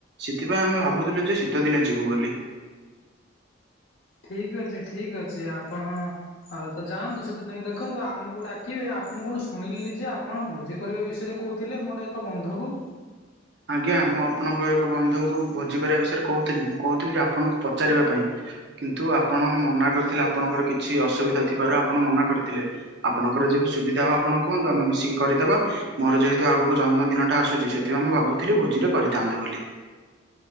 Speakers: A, on the right; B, on the left.
A: ସେଥିପାଇଁ ଆମେ ଭାବୁଥିଲୁ ଯେ ଶୀତଦିନେ ଯିବୁ ବୋଲି।
B: ଠିକ ଅଛି ଠିକ ଅଛି ଆପଣ ଆଉ ତ ଯାଆନ୍ତୁ ସେତେଦିନ ଦେଖନ୍ତୁ ଆମକୁ ଡାକିବେ ଆ ମୁଁ କଣ ଶୁଣିଲି ଯେ ଆପଣ ଭୋଜି କରିବା ବିଷୟରେ କହୁଥିଲେ ମୋର ଏକ ବନ୍ଧୁକୁ
A: ଆଜ୍ଞା ମୁଁ ଆପଣଙ୍କ ଏକ ବନ୍ଧୁଙ୍କୁ ଭୋଜି କରିବା ବିଷୟରେ କହୁଥିଲି ମୁଁ କହୁଥିଲିକି ଆପଣଙ୍କୁ ପଚାରିବା ପାଇଁ। କିନ୍ତୁ ଆପଣ ମନା କରିଥିଲେ ଆପଣଙ୍କର କିଛି ଅସୁବିଧା ଥିବାରୁ ଆପଣ ମନା କରିଥିଲେ। ଆପଣଙ୍କର ଯେବେ ସୁବିଧା ହବ ଆପଣ କୁହନ୍ତୁ ଆମେ ମିଶିକି କରିଦେବା। ମୋର ଯେହେତୁ ଆଗକୁ ଜନ୍ମ ଦିନଟା ଆସୁଛି ସେଥିପାଇଁ ମୁଁ ଭାବୁଥିଲି ଭୋଜିରେ କରିଥାନ୍ତେ ବୋଲି।